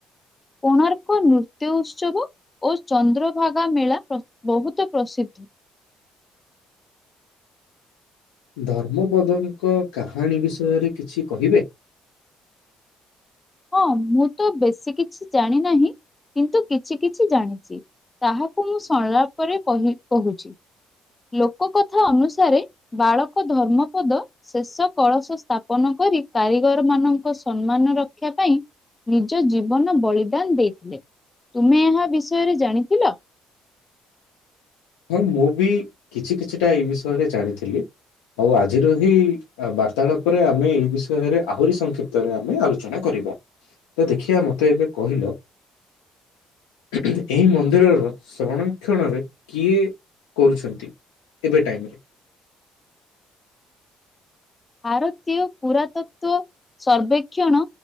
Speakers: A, on the left; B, on the left.
A: କୋଣାର୍କ ନୃତ୍ୟ ଉତ୍ସବ। ଓ ଚନ୍ଦ୍ରଭାଗା ମେଳା ପ୍ର ବହୁତ ପ୍ରସିଦ୍ଧ।
B: ଧର୍ମପଦଙ୍କ କାହାଣୀ ବିଷୟରେ କିଛି କହିବେ?
A: ହଁ ମୁଁ ତ ବେଶୀ କିଛି ଜାଣି ନାହିଁ କିନ୍ତୁ କିଛି କିଛି ଜାଣିଛି। ତାହାକୁ ମୁଁ ସଂଳାପରେ କହି କହୁଛି। ଲୋକ କଥା ଅନୁସାରେ ବାଳକ ଧର୍ମପଦ ଶେଷ କଳସ ସ୍ଥାପନ କରି କାରିଗର ମାନଙ୍କ ସମ୍ମାନ ରକ୍ଷା ପାଇଁ। ନିଜ ଜୀବନ ବଳିଦାନ ଦେଇଥିଲେ ତୁମେ ଏହା ବିଷୟରେ ଜାଣିଥିଲ?
B: ହଁ ମୁଁ ବି କିଛି କିଛିଟା ଏଇ ବିଷୟରେ ଜାଣିଥିଲି ଆଉ ଆଜିର ହି ବାର୍ତାଳାପରେ ଆମେ ଏଇ ବିଷୟରେ ଆହୁରି ସଂକ୍ଷିପ୍ତରେ ଆମେ ଆଲୋଚନା କରିବା। ତ ଦେଖିଆ ମତେ ଏବେ କହିଲ ଏହି ମନ୍ଦିରର ସଂରକ୍ଷଣରେ କିଏ କରୁଛନ୍ତି? ଏବେ ଟାଇମ୍ ରେ।
A: ଆରତୀୟ ପୁରାତତ୍ଵ ସର୍ବେକ୍ଷଣ